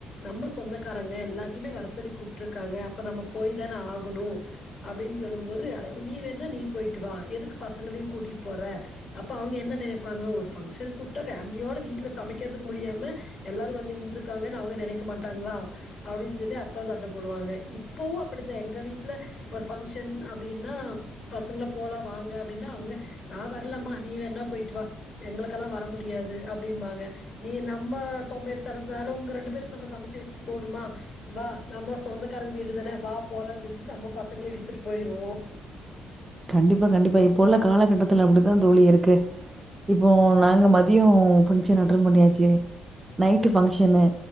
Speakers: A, on the left; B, on the right.
A: நம்ம சொந்தக்காரங்க எல்லாத்திமே வர சொல்லிக்கூப் ட்ருக்காங்க அப்ப நம்ம போய்தான ஆகணோ அப்படின் சொல்லும்போது நீ வேனா நீ போய்ட்டு வா எதுக்கு பசங்களையு கூட்டிட் போற அப்ப அவுங்க என்ன நெனைப்பாங்க ஒரு ஃபங்சனுக் கூப்டா ஃபேமிலியோட வீட்ல சமைக்கறதுக்கு முடியாம எல்லாரு வந்து நின்ருக்காங்கனு அவுங்க நெனைக்க மாட்டாங்களா அப்டின் சொல்லி அப்பா சண்டப் போடுவாங்க இப்போவு அப் படுத்த எங்க வீட்ல ஒரு ஃபங் ஷன் அப்டீன்னா பசங்கள போலா வாங்க அப்டீன்னா அவுங்க நா வர்லமா நீ வேணா போய்ட்டு வா எங்களுகெல்லா வர முடியாது அப்டீம்பாங்க நீ நம்ம சோம்பேறி தனதுனால உங்க ரெண்டு பேருக்கு நம்ம சமச்சு வெச்சுட்டு போணுமா வா நம்ம சொந்தக்காரங்க வீடுதான வா போலாஞ் சொல்லிட்டு நம்ம பசங்கள இழுத்துட்டு போயிருவோ.
B: கண்டிப்பா கண்டிப்பா இப்போ உள்ள காலகட்டத்துல அப்படிதா தோலி இருக்கு இப்போ நாங்க மதியோ ஃபங்க்ஷன் அட்டன் பண்ணியாச்சு நைட்டு ஃபங்க்ஷனு